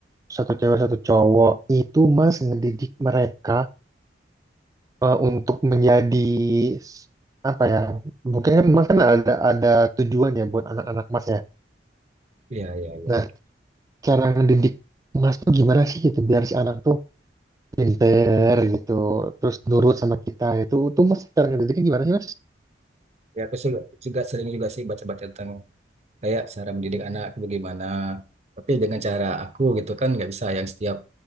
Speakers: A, on the right (about 20°); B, on the right (about 35°).
A: satu cewek satu cowok. Itu Mas ngedidik mereka eh, untuk menjadi s- apa ya? Mungkin kan Mas kan ada ada tujuan ya buat anak-anak Mas ya.
B: Iya, iya, iya.
A: Nah, cara ngedidik Mas tuh gimana sih gitu biar si anak tuh pinter gitu, terus nurut sama kita gitu. itu tuh Mas cara ngedidiknya gimana sih Mas?
B: Ya, aku juga, juga sering juga sih baca-baca tentang kayak cara mendidik anak itu bagaimana. Tapi dengan cara aku gitu kan nggak bisa yang setiap